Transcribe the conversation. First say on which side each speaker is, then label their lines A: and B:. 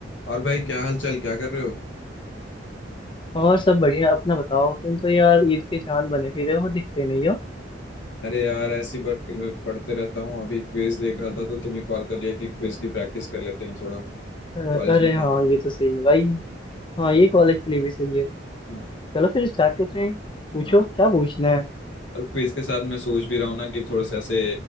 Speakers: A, on the left (about 85°); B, on the left (about 25°).
A: और भाई क्या हाल चाल क्या कर रहे हो
B: और सब बढ़िया अपना बताओ तुम तो यार ईद के चांद बने फिरे हो दिखते नहीं हो
A: अरे यार ऐसी बात पढ़ते रहता हूँ अभी क्विज देख रहा था तो तुम्हें कॉल कर लिया कि क्विज की प्रैक्टिस कर लेते हैं थोड़ा कॉलेज
B: अ, अरे
A: में
B: हाँ
A: काम
B: ये तो सही है भाई हाँ ये कॉलेज के लिए भी सही है
A: हाँ
B: चलो फिर स्टार्ट करते हैं पूछो
A: हाँ
B: क्या पूछना है
A: और क्विज के साथ मैं सोच भी रहा हूँ ना कि थोड़े से ऐसे